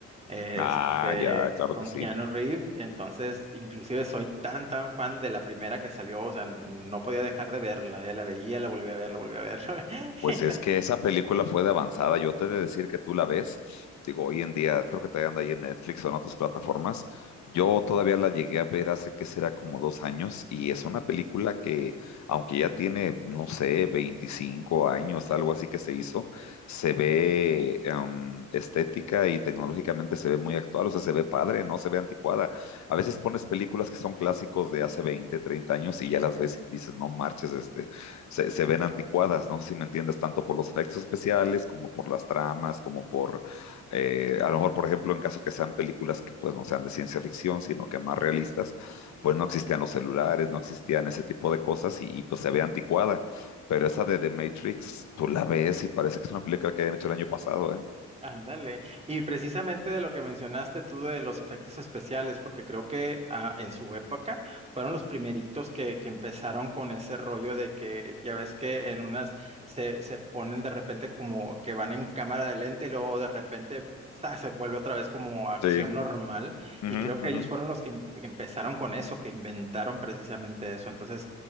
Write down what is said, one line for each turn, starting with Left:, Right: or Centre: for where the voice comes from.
Right: este,
Left: Ah, ya, claro
Right: con
Left: que sí.
Right: Keanu Reeves. Entonces, inclusive soy tan, tan fan de la primera que salió, o sea, no podía dejar de verla, eh, La veía, la volví a ver, la volví a ver, <laughs> la ve-
Left: Pues
Right: y
Left: es
Right: la-
Left: que esa película fue de avanzada. Yo te he de decir que tú la ves. Digo, hoy en día, creo que todavía anda ahí en Netflix o en otras plataformas. Yo todavía la llegué a ver hace que será como dos años y es una película que, aunque ya tiene, no sé, 25 años, algo así que se hizo, se ve em, estética y tecnológicamente se ve muy actual, o sea, se ve padre, no se ve anticuada. A veces pones películas que son clásicos de hace 20, 30 años y ya las ves y dices, no marches, este, se, se, ven anticuadas, no sé si me entiendes, tanto por los efectos especiales como por las tramas, como por, eh, a lo mejor, por ejemplo, en caso que sean películas que pues no sean de ciencia ficción, sino que más realistas, pues no existían los celulares, no existían ese tipo de cosas y, y pues se ve anticuada. Pero esa de The Matrix, tú la ves y parece que es una película que habían hecho el año pasado, ¿eh?
Right: Ándale. Y precisamente de lo que mencionaste tú de los efectos especiales, porque creo que ah, en su época fueron los primeritos que, que empezaron con ese rollo de que ya ves que en unas se, se ponen de repente como que van en cámara de lente y luego de repente ¡za! se vuelve otra vez como acción
Left: Sí,
Right: normal.
Left: Ujú,
Right: Y creo que
Left: ujú.
Right: ellos fueron los que em- empezaron con eso, que inventaron precisamente eso. Entonces,